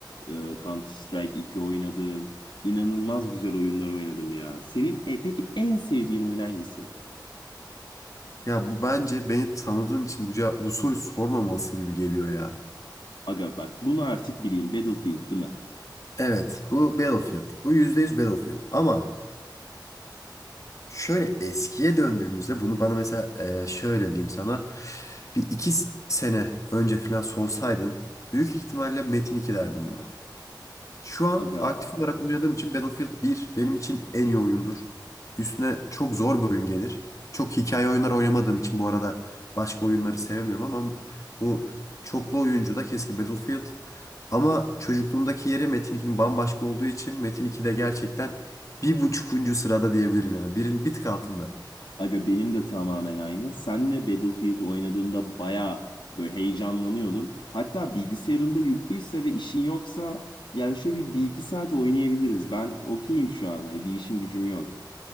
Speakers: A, on the left (about 80°); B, on the left (about 45°).
A: e, Counter Strike 2 oynadım. İnanılmaz güzel oyunlar oynadım ya. Senin e, peki en sevdiğin oyun hangisi?
B: Ya bu bence beni tanıdığın için bu, cevap- bu soruyu sormamalısın gibi geliyor ya.
A: Aga bak bunu artık bileyim. Battlefield değil mi?
B: Evet bu Battlefield bu %100 Battlefield ama Şöyle eskiye döndüğümüzde bunu bana mesela e, şöyle diyeyim sana bir iki s- sene önce falan sorsaydın büyük ihtimalle Metin 2 derdim buna. Şu an
A: Aga.
B: aktif
A: <laughs>
B: olarak oynadığım için Battlefield bir benim için en iyi oyundur. Üstüne çok zor bir oyun gelir. Çok hikaye oyunlar oynamadığım için bu arada başka oyunları sevmiyorum ama bu çoklu oyuncu da keşke Battlefield. Ama çocukluğumdaki yeri Metin 2'nin bambaşka olduğu için Metin 2 de gerçekten bir buçukuncu sırada diyebilirim yani. Birin bir tık altında.
A: Aga benim de tamamen aynı. Senle Battlefield oynadığımda bayağı böyle heyecanlanıyordum. Hatta bilgisayarında yüklüyse ve işin yoksa ya şöyle bir, bir iki saat oynayabiliriz. Ben okeyim şu an. Hani bir işim gücüm yok.